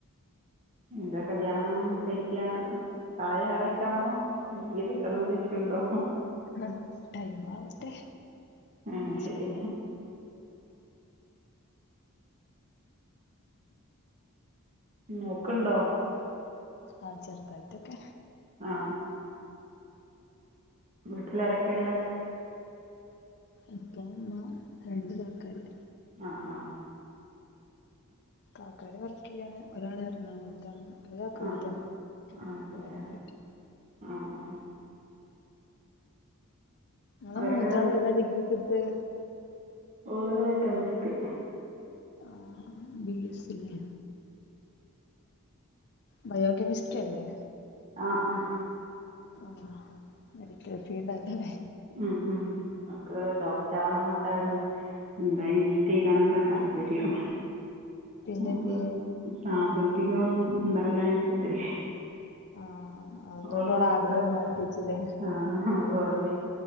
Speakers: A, on the right; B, on the left.
A: എന്താ കല്യാണം കഴിക്ക തായ ആയിട്ടാണോ വ കക്കണം ദൃഷ്യുണ്ടോ?
B: ആ ടൈം ആവട്ടെ.
A: ആ
B: ഇൻഷാ
A: ശരി.
B: അള്ളാ
A: നോക്കണ്ടോ?
B: ആഹ് ചെറുതായിറ്റൊക്കെ.
A: ആ വീട്ടിലാരൊക്കെയള്ളേ?
B: ഇപ്പ ഇമ്മ രണ്ടു കാക്കാര്.
A: ഉള്ളത് ആ ആഹ്
B: കാക്കാര് വർക്ക് ചെയ്യാണ് ഒരാള് എറണാകുളത്താണ്. ഒരുആക്കാ ഇവിടത്താന്നേണ്ട്
A: ആ ആ ശരി
B: അങ്ങനെക്കായിട്ട്.
A: ആ ആ ആ
B: നിങ്ങള
A: അവരൊക്കെ
B: മൂത്താള് ഏതാ ഡിഗ്രിക്കെടുത്തെ?
A: ഓള് ക്കെമസ്തി.
B: ആ ബി എസ് സി ല്ലെ. ബയോകെമിസ്ട്രി അല്ലേ?
A: ആഹ് ആഹ്
B: ആ മെഡിക്കൽ ഫീൽഡ് ന്ന അല്ലെ.
A: ഉം ഉം ഓക്ക് ഡോക്ടർ ആവണം എന്നക്കാണ്. എന്താ നീറ്റ് എഴുതാനൊക്കെ താല്പര്യം
B: പിന്നെന്തിയെ
A: അപ്പ സാമ്പത്തികം ഉണ്ടാവുലച്ചിട്ടെ
B: ആഹ് അതുകൊണ്ട്
A: അവള്
B: ഓളെ
A: മാത്രല്ല
B: ആഗ്രഹം മാറ്റി വെച്ചില്ലേ
A: ആഹ് അവള് പറഞ്ഞി